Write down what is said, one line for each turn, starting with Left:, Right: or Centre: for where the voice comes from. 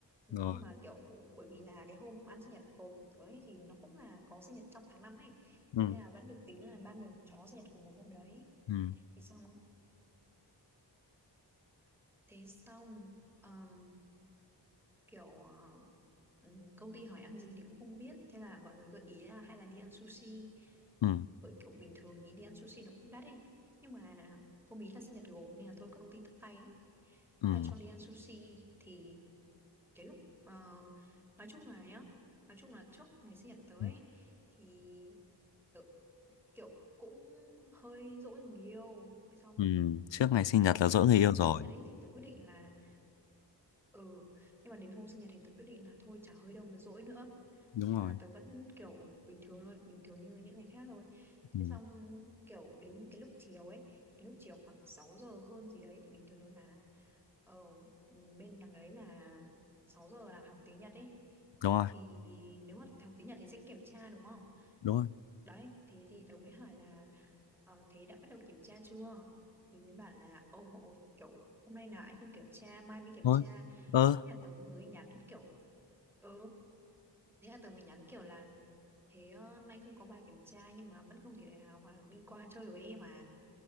Centre: ừ,
Left: rồi
Centre: nhưng mà kiểu bởi vì là cái hôm ăn sinh nhật của của ấy thì nó cũng là có sinh nhật trong tháng năm ấy
Left: ừ
Centre: thế nên là vẫn được tính là ba người một chó sinh nhật cùng một hôm đấy
Left: ừ
Centre: thế xong <clears throat> thế xong ờm, kiểu ờ, ừm, công ty hỏi ăn gì thì cũng không biết thế là mọi người gợi ý là hay là đi ăn sushi
Left: ừ
Centre: bởi kiểu bình thường thì đi ăn sushi nó cũng đắt đi nhưng mà hôm ý là sinh nhật gộp nên là thôi công ty tất tay ấy.
Left: ừ
Centre: thế là cho đi ăn sushi thì cái lúc ờ, nói chung là nhá nói chung là trước ngày sinh nhật tới ấy,
Left: ừ
Centre: thì tớ kiểu cũng hơi dỗi người yêu thế xong
Left: ừ. trước ngày sinh nhật là dỗ người
Centre: đến
Left: yêu
Centre: hôm
Left: rồi
Centre: sinh nhật ấy thì tớ quyết định là Ừ, nhưng mà đến hôm sinh nhật thì tớ quyết định là thôi chả hơi đâu mà dỗi nữa.
Left: đúng rồi
Centre: Thế là tớ vẫn kiểu bình thường thôi, bình thường như những ngày khác thôi.
Left: ừ.
Centre: Thế xong kiểu đến cái lúc chiều ấy, cái lúc chiều khoảng 6 giờ hơn gì đấy thì bình thường là ở bên đằng đấy là 6 giờ là học tiếng Nhật ấy.
Left: đúng rồi
Centre: Thì nếu mà học tiếng Nhật thì sẽ kiểm tra đúng không?
Left: đúng rồi
Centre: Đấy, thì thì tớ mới hỏi là ờ, thế đã bắt đầu kiểm tra chưa? Thì mới bảo là ồ, ồ, kiểu hôm nay là anh không kiểm tra, mai mới kiểm
Left: thôi
Centre: tra
Left: ơ
Centre: thế là tớ mới nhắn kiểu ừ thế là tớ mới nhắn kiểu là thế ờ, nay không có bài kiểm tra nhưng mà vẫn không thể nào mà đi qua chơi với em mà